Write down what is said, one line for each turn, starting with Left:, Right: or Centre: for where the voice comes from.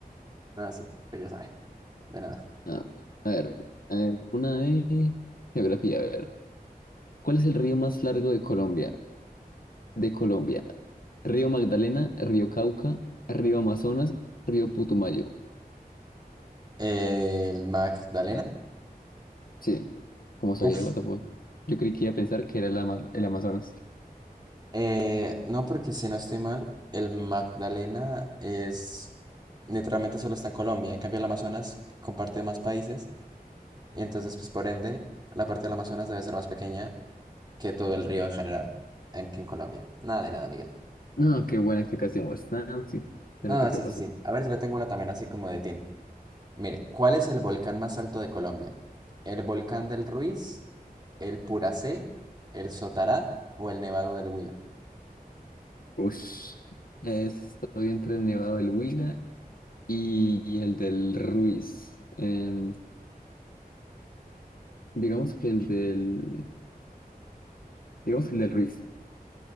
Right: Ah, sí, pues ya sabe, de nada.
Left: Ah, a ver, eh, una de geografía, a ver. ¿Cuál es el río más largo de Colombia? de Colombia. Río Magdalena, Río Cauca, Río Amazonas, Río Putumayo.
Right: El Magdalena.
Left: Sí, como sabía,
Right: Uf.
Left: what the fuck. Yo creí que iba a pensar que era el, Ama- el Amazonas.
Right: eh, no, porque si no estoy mal, el Magdalena es literalmente solo está en Colombia. En cambio, el Amazonas comparte más países. Y entonces, pues por ende, la parte del Amazonas debe ser más pequeña que todo el río en general, en- que en Colombia. Nada de nada, Miguel.
Left: No, qué buena explicación, Wes. Ah, sí, se
Right: No,
Left: nota
Right: no,
Left: qué
Right: sí,
Left: pasó.
Right: sí, sí. A ver, yo le tengo una también así como de Tin. Mire, ¿cuál es el volcán más alto de Colombia? ¿El volcán del Ruiz, el Puracé, el Sotará o el Nevado del Huila?
Left: Ush. Estoy entre el Nevado del Huila y, y el del Ruiz. Em, digamos que el del... Digamos que el del Ruiz.